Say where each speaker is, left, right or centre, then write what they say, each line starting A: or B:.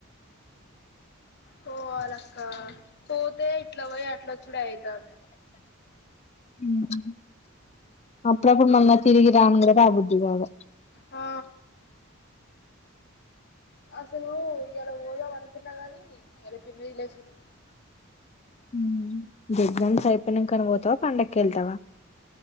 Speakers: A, on the left; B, on the left.
A: పోలాకా పో ఇట్లా పోయి ఆట్లా అచ్చుడ్అయితాంది
B: ఉమ్ అప్పుడప్పుడు మన్న తిరిగి రాను కదా ఆ బుద్ధి కాదు
A: ఆ అసలు ఇలా ఓదాం అనుకున్నా గానిళపో రిలేషన్
B: ఉహు ఎగ్జామ్స్ అయిపోయినా కని పోతావా పండకే వెళ్తావా